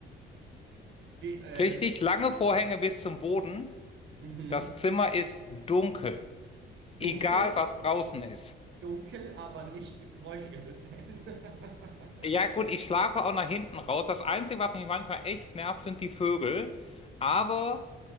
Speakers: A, on the right; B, on the left.
A: wir, äh,
B: Richtig lange Vorhänge bis zum Boden.
A: mhm,
B: Das Zimmer ist dunkel. Egal,
A: dunkel,
B: was draußen ist.
A: dunkel, aber nicht geräuschresistent. <laughs>
B: Ja, gut, ich schlafe auch nach hinten raus. Das Einzige, was mich manchmal echt nervt, sind die Vögel. Aber